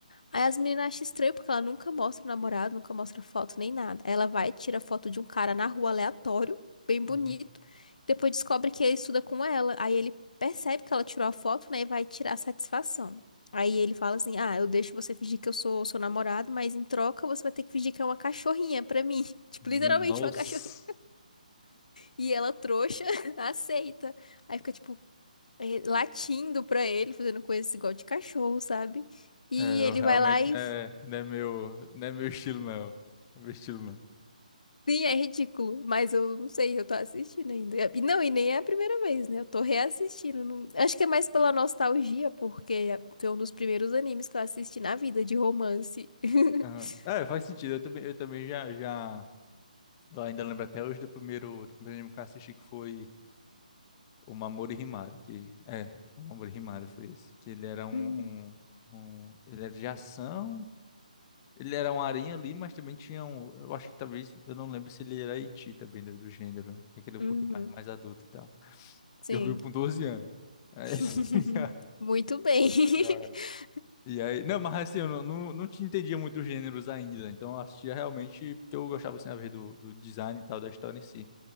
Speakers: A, on the left (about 60°); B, on the left (about 25°).
A: Aí as meninas acham estranho porque ela nunca mostra o namorado, nunca mostra foto nem nada. Aí Ela vai, tira foto de um cara na rua aleatório, bem bonito.
B: Uhum.
A: Depois descobre que ele estuda com ela. Aí ele percebe que ela tirou a foto, né? E vai tirar a satisfação. Aí ele fala assim: Ah, eu deixo você fingir que eu sou seu namorado, mas em troca você vai ter que fingir que é uma cachorrinha pra mim. <laughs> Tipo,
B: Minha
A: literalmente
B: nossa.
A: uma cachorrinha. E ela, trouxa, <laughs> aceita. Aí fica, tipo, eh, latindo pra ele, fazendo coisas igual de cachorro, sabe? E
B: É,
A: ele
B: eu realmente
A: vai lá e
B: não é, não é meu, não é meu estilo, não. Não é meu estilo, não.
A: Sim, é ridículo, mas eu não sei, eu tô assistindo ainda. E não, e nem é a primeira vez, né? Eu tô reassistindo. não- Acho que é mais pela nostalgia, porque foi um dos primeiros animes que eu assisti na vida de romance. <laughs>
B: Aham. É, faz sentido. Eu também, eu também já, já. Eu ainda lembro até hoje do primeiro, do primeiro anime que eu assisti, que foi O Mamoru Himari, que é, O Mamoru Himari foi esse. Que ele era um,
A: Hum,
B: um, um- ele era de ação Ele era um aranha ali, mas também tinha um. Eu acho que talvez. Eu não lembro se ele era Iti também, né, do gênero, né? Aquele um
A: Uhum.
B: pouquinho mais, mais adulto e tal.
A: Sim.
B: Eu vi com 12 anos. Aí-
A: <laughs>
B: <laughs>
A: Muito bem.
B: E aí,
A: <laughs>
B: E aí, não, mas assim, eu não, não, não te entendia muito os gêneros ainda, né, então eu assistia realmente porque eu gostava, assim, a ver do, do design e tal, da história em si.